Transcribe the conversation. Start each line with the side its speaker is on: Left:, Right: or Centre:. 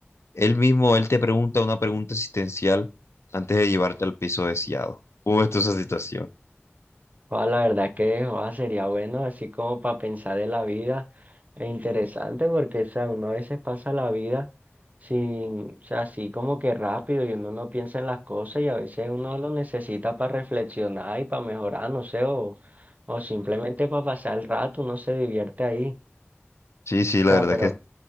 Left: él mismo, él te pregunta una pregunta existencial antes de llevarte al piso deseado. ¿Cómo ves tú esa situación?
Right: joda, la verdad que joda, sería bueno, así como para pensar en la vida. Es interesante porque, o sea, uno a veces pasa la vida sin, o sea, así como que rápido y uno no piensa en las cosas y a veces uno lo necesita para reflexionar y para mejorar, no sé, o, o simplemente para pasar el rato, uno se divierte ahí.
Left: Sí, sí, la
Right: O sea,
Left: verdad
Right: pero,
Left: es que